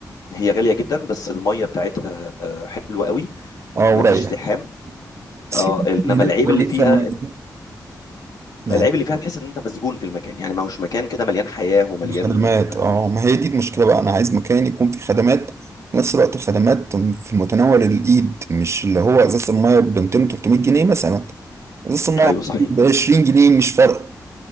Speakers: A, on the left; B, on the right.
A: هي غاليه جدا بس الميه بتاعتها آه، حلوه قوي
B: اه
A: مفيش
B: ورايقة
A: زحام
B: بس
A: اه
B: في
A: انما
B: أماكن هناك
A: العيب
B: كويسة
A: اللي فيها
B: إن أنا- يعني
A: العيب اللي فيها تحس ان انت مسجون في المكان يعني ما هوش مكان كده مليان حياه ومليان
B: بخدمات اه ما هي دي المشكلة بقى أنا عايز مكان يكون فيه خدمات في نفس الوقت خدمات في متناول الإيد مش اللي هو إزازة المية ب 200 300 جنيه مثلا إزازة المية
A: ايوه صحيح
B: ب 20 جنيه مش فارقة